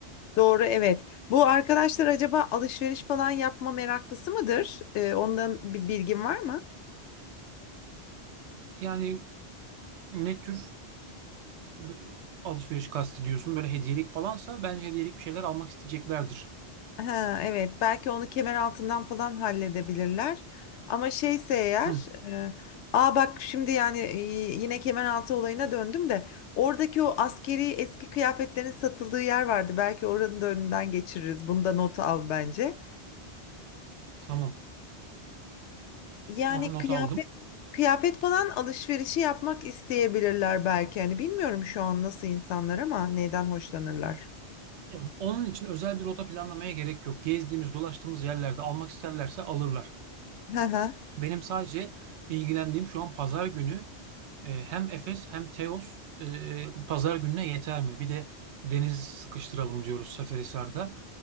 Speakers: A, on the left (about 85°); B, on the right (about 80°).
A: Doğru evet. Bu arkadaşlar acaba alışveriş falan yapma meraklısı mıdır? Ee, ondan bir bilgin var mı?
B: Yani ne tür e, alışveriş kastediyorsun? Böyle hediyelik falansa bence hediyelik bir şeyler almak isteyeceklerdir.
A: Ha, evet belki onu kemer altından falan halledebilirler. Ama şeyse eğer
B: Hı,
A: e, aa bak şimdi yani e, yine kemer altı olayına döndüm de oradaki o askeri eski kıyafetlerin satıldığı yer vardı. Belki oranın da önünden geçiririz. Bunda notu al bence.
B: tamam.
A: Yani
B: Onu not
A: kıyafet
B: aldım.
A: kıyafet falan alışverişi yapmak isteyebilirler belki. Hani bilmiyorum şu an nasıl insanlar ama neyden hoşlanırlar.
B: Ya onun için özel bir rota planlamaya gerek yok. Gezdiğimiz, dolaştığımız yerlerde almak isterlerse alırlar.
A: Hı hı.
B: Benim sadece ilgilendiğim şu an pazar günü e, hem Efes hem Teos e, pazar gününe yeter mi? Bir de deniz sıkıştıralım diyoruz Seferihisar'da.